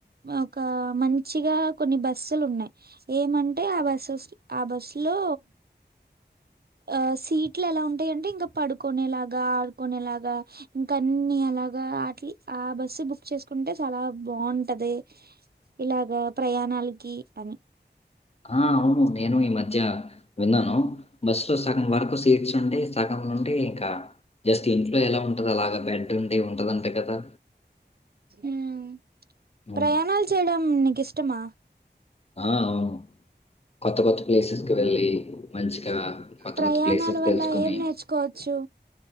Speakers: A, on the right; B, on the left.
A: ఒక మంచిగా కొన్ని బస్సులు ఉన్నాయి ఏమంటే ఆ బస్సుస్ ఆ బస్సు లో ఓ ఆ సీట్లు ఎలా ఉంటాయింటే ఇంకా పడుకునేలాగా ఆడుకునేలాగా ఇంకా అన్ని అలా గా ఆట్ల ఆ బస్సు బుక్ చేసుకుంటే చాలా బావుంటది ఇలాగా ప్రయాణాలకి అని
B: ఆ అవును నేను ఈ మ మధ్య విన్నాను బస్ లో సగం వరకు సీట్స్ వుండి సగం నుండి ఇంకా జస్ట్ ఇంట్లో ఎలా ఉంటదో అలాగా బెడ్ ఉండి ఉంటదంట కదా!
A: ఉమ్
B: హ్మ్.
A: ప్రయాణాలు చేయడం నీకిష్టమా
B: ఆ అవును కొత్త కొత్త ప్లేసెస్‌కి వెళ్ళి, మంచిగా కొత్త
A: ప్రయాణాల
B: కొత్త ప్లేసెస్
A: వల్ల
B: తెలుసుకొని
A: ఏం నేర్చుకోవచ్చు